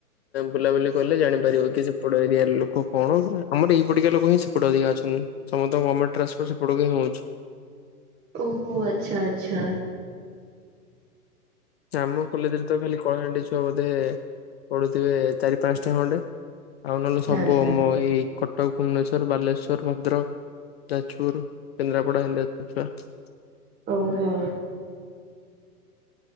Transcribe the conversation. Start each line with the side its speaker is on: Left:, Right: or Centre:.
Left: ବୁଲାବୁଲି କଲେ ଜାଣିପାରିବ କି ସେପଟ ଏରିଆ ଲୋକ କଣ ଆମର ଏଇପଟିକା ଲୋକ ହିଁ ସେପଟେ ଅଧିକା ଅଛନ୍ତି। ତମ ଗମେଣ୍ଟ ଟ୍ରାନସୋର୍ଟ ସେପଟକୁ ହିଁ ହଉଛି।
Right: ଓହୋ ଆଚ୍ଛା ଆଚ୍ଛା।
Left: ଆମ କଲେଜରେ ତ ଖାଲି କଳାହାଣ୍ଡି ଛୁଆ ବୋଧେ ପଢୁଥିବେ ଚାରି ପାଞ୍ଚଟା ଖଣ୍ଡେ, ଆଉ ନହେଲେ ସବୁ
Right: ଆଚ୍ଛା
Left: ଆମ ଏଇ କଟକ ଭୁବନେଶ୍ଵର ବାଲେଶ୍ଵର ଭଦ୍ରକ। ଯାଜପୁର କେନ୍ଦ୍ରାପଡ଼ା <unintelligible>
Right: ଓହୋ।